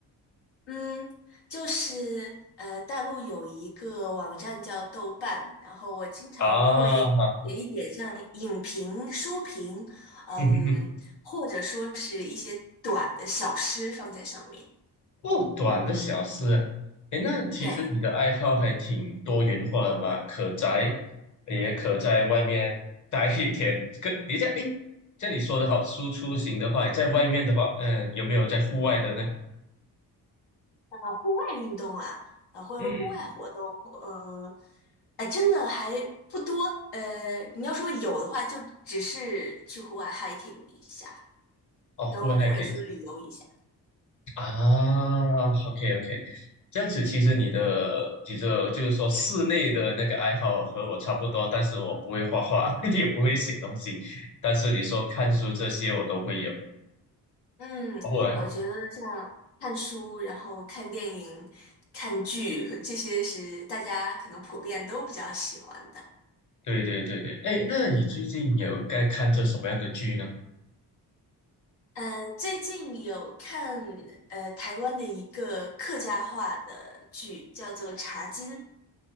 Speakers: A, on the left; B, on the left.
A: 嗯，就是呃，大陆有一个网站叫豆瓣，然后我经常会写一点像影评、
B: 啊，好，
A: 书评，嗯，
B: <laughs>
A: 或者说是一些短的小诗放在上面。
B: 哦，短的小事啊，诶，那其实你的爱好还挺多元化的嘛，
A: 对，
B: 可宅，也可在外面待一天。可你这样，诶，像你说的好，输出型的话，在外面的话，嗯、有没有在户外的呢？
A: 呃，户外运动啊，呃，或者是户外活动，
B: 嗯，
A: 呃，哎，真的还不多。呃，你要说有的话，就只是去户外 hiking 一下，
B: 哦，户外还可以
A: 然后或者说旅游一下。
B: 啊，OK OK，这样子其实你的你的就是说室内的那个爱好和我差不多，但是我不会画画，<laughs> 也不会写东西，但是你说看书这些我都会有。
A: 嗯，
B: 偶尔
A: 我觉得像看书，然后看电影、看剧，这些是大家可能普遍都比较喜欢的。
B: 对对对对，哎，那你最近有在看这什么样的剧呢？
A: 呃，最近有看呃台湾的一个客家话的剧，叫做《茶金》。